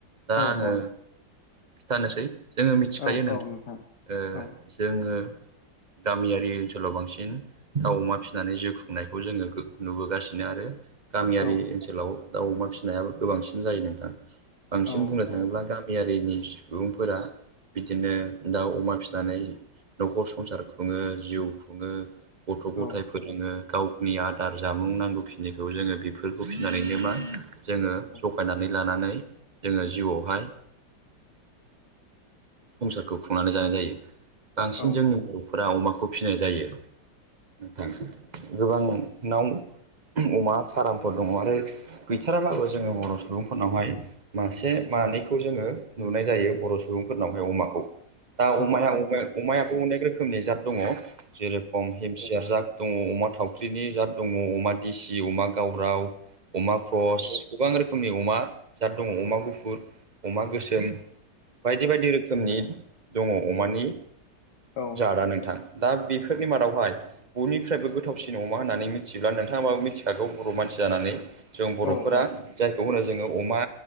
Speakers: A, on the right; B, on the left.
A: दा
B: औ
A: आंङो
B: औ
A: खिथानोसै जोङो मिथिखायो
B: औ
A: नोंथां
B: औ
A: ओ
B: औ
A: जोङो
B: <inaudible>
A: गामियारि ओनसोलाव बांसिन दाउ अमा फिसिनानै जिउ खुंनायखौ जोङो नुबोगासिनो आरो गामियारि
B: औ
A: ओनसोलाव दाउ अमा फिसिनायाबो गोबांसिन जायो नोंथां। बांसिन
B: औ
A: बुंनो थाङोब्ला
B: औ
A: गामियारिनि सुबुंफोरा बिदिनो दाउ अमा फिसिनानै न'खर संसार खुङो जिउ खुङो। गथ' गथाय
B: औ
A: फोरोङो। गावनि आदार जामुं नांगौ खिनिखौ जोङो बेफोरखौ फिसिनानैनो मा जोङो
B: औ
A: जखायनानै लानानै जोङो जिउआवहाय संसारखौ खुंनानै जानाय जायो बांसिन
B: औ
A: जोंनि बर'फोरा अमाखौ फिसिनाय जायो। थांसै गोबां नाव अमा फारामफोर दङ आरो गैथाराबाबो जोङो बर' सुबुंफोरनावहाय मासे मानैखौ जोङो नुनाय जायो बर' सुबुं फोरनावहाय अमाखौ दा अमाया
B: औ
A: अमाया
B: औ
A: अमायाबो अनेक रोखोमनि जात दङ जेरेखम हिम सियार जात दङ अमा थावख्रिनि जात दङ अमा देसि अमा गावराव अमा ख्रस गोबां रोखोमनि अमा जात दङ अमा गुफुर। अमा गोसोम बायदि बायदि रोखोमनि दङ अमानि
B: औ
A: जादा नोंथां। दा बेफोरनि मादावहाय बयनिफ्रायबो गोथावसिन अमा होननानै मिथियोब्ला नोंथाङाबाबो मिथिखागौ बर' मानसि जानानै जों बर'फोरा
B: औ
A: जायखौ होनो जोङो अमा